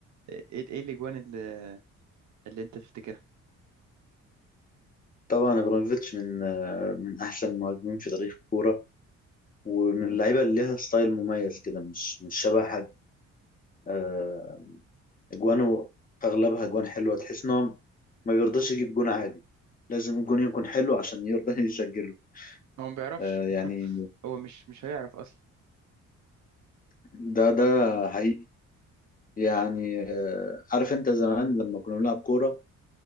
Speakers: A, on the right; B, on the left.
A: ايه ايه الاجوان اللي, اللي انت تفتكرها
B: طبعا ابراهيموفيتش من آه، من احسن المهاجمين في تاريخ الكوره ومن اللعيبه اللي ليها ستايل مميز كده مش مش شبه حد آه، اجوانه اغلبها اجوان حلوه تحس ان هو ما بيرضاش يجيب جون عادي لازم الجون يكون حلو عشان يرضى <laughs> يسجله
A: هو ما بيعرفش
B: آه، يعني
A: هو مش مش هيعرف اصلا
B: ده ده حقيقي يعني آه، عارف انت زمان لما كنا بنلعب كوره